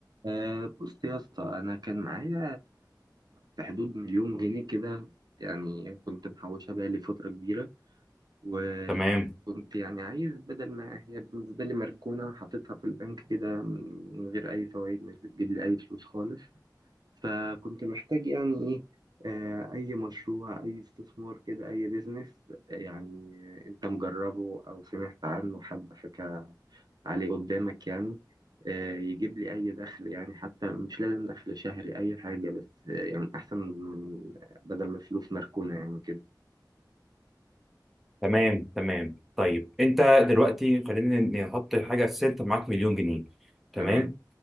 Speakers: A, on the right (about 65°); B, in the centre.
A: أه بص يا اسطى انا كان معايا في حدود مليون جنيه كده يعني كنت محوشها بقى لي فتره كبيره وكنت
B: تمام
A: يعني عايز بدل ما هي بالنسبه لي مركونه حطيتها في البنك كده من غير اي فوائد مش بتجيب لي اي فلوس خالص فكنت محتاج يعني ايه آه، اي مشروع اي استثمار كده اي بيزنس يعني آه، انت مجربه او سمعت عنه حد حكى عليه قدامك يعني آه، يجيب لي اي دخل يعني حتى مش لازم دخل شهري اي حاجة بس آه، يعني احسن من بدل ما الفلوس مركونة يعني كده
B: تمام تمام طيب انت دلوقتي خلينا نحط حاجه ست معاك مليون جنيه تمام
A: تمام